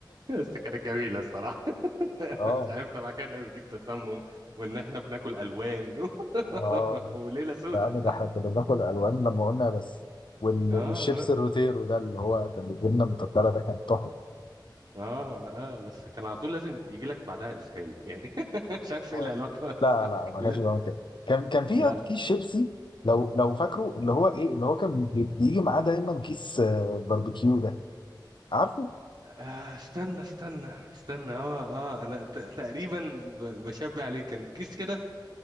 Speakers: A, on the right (about 60°); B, on the left (about 80°).
A: <laughs> بس كانت جميله الصراحه <laughs>
B: <laughs> اه
A: مش عارف طبعا كان بيجيب تسمم وان احنا بناكل الوان
B: اه
A: <laughs> وليله سودة
B: يا عم ده احنا كنا بناكل الوان لما قلنا بس وال...
A: اه
B: والشيبس الروتيرو ده اللي هو كان بالجبنه المتبله ده كان تحفه
A: اه اه بس كان على طول لازم يجي لك بعدها اسهال يعني <laughs> مش عارف
B: اه
A: ايه العلاقه بس
B: لا
A: كان
B: لا ما
A: لازم-
B: كانش بيعمل كده كان كان في
A: لا
B: كيس شيبسي لو لو فاكره اللي هو ايه اللي هو كان بي- بيجي معاه دايما كيس آه، باربيكيو ده عارفه؟
A: آه استنى استنى استنى اه اه انا ت- تقريبا ب- بشبه عليه كان كيس كده